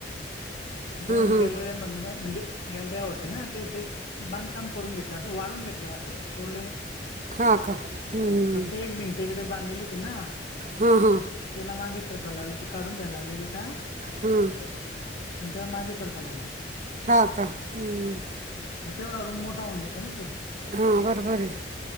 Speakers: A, on the left (about 65°); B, on the right (about 45°).
A: गोन
B: हां हां
A: गॅलऱ्या मधनं... म्हणजे गॅलऱ्या होत्या ना तेथेच. बांधकाम करून घेतलं... असं वाढून घेतलं असं... तोडलं नई.
B: हा का? हम्म.
A: फक्त एक भिंत इकडं बांधलेली होती ना?
B: हा हा
A: त्येला मागे सरकायला लावली ती... काढून घ्यायला लावली वीटा
B: हम्म
A: आणि त्येला मागे सरकायला लावली
B: हा का हम्म..
A: मग... तेवढा रुम मोठा होऊन जातो ना तो.
B: हा बराबर ए...